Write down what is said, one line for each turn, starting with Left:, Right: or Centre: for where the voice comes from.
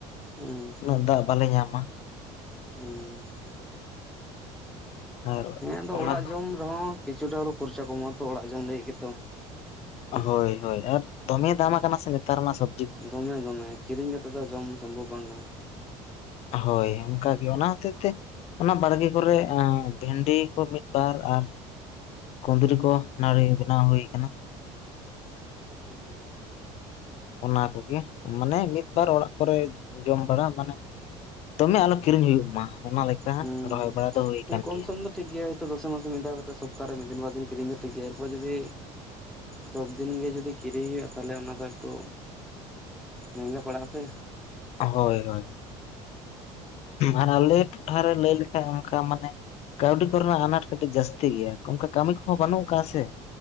Centre: ᱦᱮᱸ
Left: ᱩᱱᱟᱹᱜ ᱫᱟᱜ ᱵᱟᱞᱮ ᱧᱟᱢᱟ᱾
Centre: ᱦᱩᱸ
Left: ᱟᱨ
Centre: ᱦᱮᱸ ᱟᱫᱚ
Left: ᱚᱱᱟ
Centre: ᱚᱲᱟᱜ ᱡᱚᱢ ᱨᱮᱦᱚᱸ ᱠᱤᱪᱷᱩᱴᱟ ᱦᱚᱞ ᱠᱷᱚᱨᱪᱟ ᱠᱚᱢᱚᱜ ᱟᱛᱚ ᱚᱲᱟᱜ ᱡᱚᱢ ᱞᱟᱹᱜᱤᱫ ᱜᱮᱛᱚ᱾
Left: ᱦᱳᱭ
Centre: ᱦᱮᱸ
Left: ᱦᱳᱭ ᱟᱨ ᱫᱚᱢᱮ ᱫᱟᱢ ᱟᱠᱟᱱᱟ ᱥᱮ ᱱᱮᱛᱟᱨ ᱢᱟ ᱥᱚᱛ
Centre: ᱫᱚᱢᱮ ᱫᱚᱢᱮ ᱠᱤᱨᱤᱧ ᱠᱟᱛᱮᱜ ᱫᱚ ᱡᱚᱢ ᱥᱚᱢᱵᱷᱚᱵᱽ ᱵᱟᱝ ᱠᱟᱱᱟ᱾
Left: ᱦᱳᱭ ᱚᱱᱠᱟᱟᱜ ᱜᱮ ᱚᱱᱟ ᱦᱚᱛᱮᱡ ᱛᱮ ᱚᱱᱟ ᱵᱟᱲᱜᱮ ᱠᱚᱨᱮ ᱵᱷᱮᱱᱰᱤ ᱠᱚ ᱢᱤᱫ ᱵᱟᱨ ᱟᱨ ᱠᱩᱸᱫᱽᱨᱤ ᱠᱚ ᱱᱟᱲᱤ ᱵᱮᱱᱟᱣ ᱦᱩᱭ ᱟᱠᱟᱱᱟ
Centre: ᱦᱩᱸ
Left: ᱚᱱᱟ ᱠᱚᱜᱮ ᱢᱟᱱᱮ ᱢᱤᱫ ᱵᱟᱨ ᱚᱲᱟᱜ ᱠᱚᱨᱮ ᱡᱚᱢ ᱵᱟᱲᱟ ᱢᱟᱱᱮ ᱫᱚᱢᱮ ᱟᱞᱚ ᱠᱤᱨᱤᱧ ᱦᱩᱭᱩᱜ ᱢᱟ ᱚᱱᱟ ᱞᱮᱠᱟ ᱦᱟᱸᱜ
Centre: ᱦᱮᱸ
Left: ᱨᱚᱦᱚᱭ ᱵᱟᱲᱟ ᱫᱚ ᱦᱩᱭ ᱟᱠᱟᱱ
Centre: ᱦᱮᱸ ᱠᱚᱢ
Left: ᱜᱮᱭᱟ
Centre: ᱥᱚᱢ ᱫᱚ ᱴᱷᱤᱠ ᱜᱮᱭᱟ ᱦᱚᱭᱛᱚ ᱫᱚᱥᱮ ᱢᱟᱥ ᱢᱤᱫ ᱫᱷᱟᱣ ᱠᱟᱛᱮ ᱥᱚᱯᱛᱟ ᱨᱮ ᱢᱤᱫ ᱫᱤᱱ ᱵᱟᱨ ᱫᱤᱱ ᱠᱤᱨᱤᱧ ᱫᱚ ᱴᱷᱤᱠ ᱜᱮᱭᱟ ᱮᱨᱯᱚᱨᱮ ᱡᱩᱫᱤ ᱥᱚᱵ ᱫᱤᱱ ᱜᱮ ᱡᱩᱫᱤ ᱠᱤᱨᱤᱧ ᱦᱩᱭᱩᱜ-ᱟ ᱛᱟᱦᱚᱞᱮ ᱚᱱᱟ ᱫᱚ ᱮᱠᱴᱩ ᱢᱮᱦᱜᱟ ᱯᱟᱲᱟᱜ-ᱟ ᱥᱮ
Left: ᱦᱚᱭ ᱦᱚᱭ ᱟᱨ ᱟᱞᱮ ᱴᱚᱴᱷᱟ ᱨᱮ ᱞᱟᱹᱭ ᱞᱮᱠᱷᱟᱱ ᱚᱱᱠᱟ ᱢᱟᱱᱮ ᱠᱟᱹᱣᱰᱤ ᱠᱚᱨᱮᱱᱟᱜ ᱟᱱᱟᱴ ᱠᱟᱹᱴᱤᱡ ᱡᱟᱹᱥᱛᱤ ᱜᱮᱭᱟ ᱚᱱᱠᱟ ᱠᱟᱹᱢᱤ ᱠᱚᱦᱚᱸ ᱵᱟᱹᱱᱩᱜ ᱟᱠᱟᱜ-ᱟ ᱥᱮ